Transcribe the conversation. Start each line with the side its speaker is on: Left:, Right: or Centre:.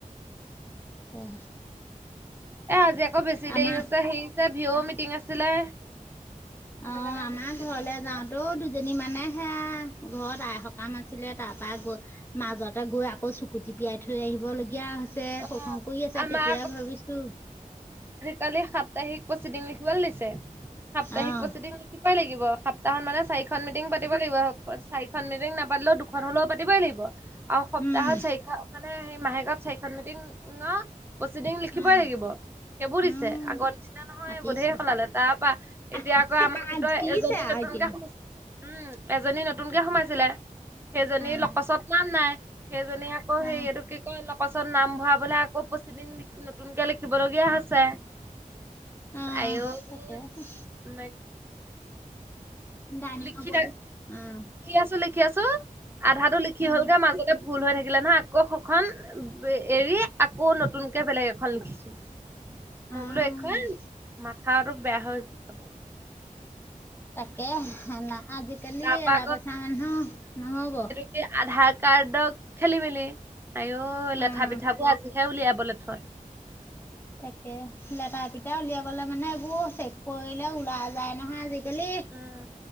Left: উমহ।
Right: এ আজি আকৌ বেছি
Left: আমাৰ
Right: দেৰি হৈছে হেই ভিঅ মিটিং আছিলে। সেইটো
Left: অঁ
Right: কাৰণে
Left: আমাৰ
Right: আজি বেছি
Left: ঘৰলে
Right: দেৰি হৈছে
Left: যাওঁতেওঁ জনি মানেহে সেয়া ঘৰত আই সকাম আছিলে তাৰপৰা গ মাজতে গৈ আকৌ চুকু তিপিয়াই থৈ আহিবলগীয়া হৈ ছে
Right: অ
Left: শোষণ কৰি আছে
Right: আমাৰ
Left: তেতিয়া ভাবিছো।
Right: কালি সাপ্তাহিক প্ৰচিডিং লিখিব লাগিছে, সাপ্তাহিক
Left: অঁ
Right: প্ৰচিডিং লিখিবাই লাগিব। তাহত মানে চাৰিখন মিটিং পাতিব লাগিব, চাৰিখন মিটিং নাপাতিলেও দুখন হলেও পাতিবই লাগিব। আৰু সপ্তাহত
Left: উম
Right: চাৰিখন মানে মাহেকত চাৰিখন মিটিং প্ৰচিডিং লিখিবই
Left: অঁ
Right: লাগিব। সেইবোৰ
Left: উম
Right: দিছে। আগৰ নিচিনা নহয়
Left: মাতিছে
Right: এইবোৰ ধেই সলালে তাৰ পৰা
Left: মাতিছে
Right: এতিয়া আকৌ আমাৰ গোটৰ এজনী
Left: আৰু
Right: নতুন
Left: এতিয়া
Right: কে, উম এজনী নতুনকে সোমাইছিলে। সেইজনী
Left: অঁ
Right: লকচত নাম নাই, সেইজনী আকৌ হেৰিয়টো
Left: অঁ
Right: কি কি কয় লকচত নাম ভৰাবলে আকৌ পচিদিন নতুনকে লিখিবলগীয়া হৈছে।
Left: উম
Right: আইঐ
Left: তাকেহে।
Right: <inaudible>
Left: ডাইনিঙৰ
Right: লিখি
Left: ওপৰতো অঁ
Right: আছো লিখি আছো, আধাটো লিখি
Left: অঁ
Right: হল গে মাজতে ভুল হৈ থাকিলে নহয় আকৌ সখন এৰি আকৌ নতুনকে বেলেগ এখন লিখিছো। মই
Left: অঁ
Right: বোলো এইখন মাথাটো বেয়া হৈ যাব
Left: তাকে আজিকালি
Right: তাৰ পৰা
Left: এলা পেচা মানুহ নহব।
Right: এই আধাৰ কাৰ্ডক খেলি মেলি, আয়ই লেঠা
Left: অঁ
Right: পিঠাবোৰ আজিহে উলিয়াবলৈ থয়।
Left: তাকে লেথা পিটাৰ উলিয়াই গলে মানে এইবোৰ চেক কৰিলে ওলাই যায় নহয় আজিকালি।
Right: উম,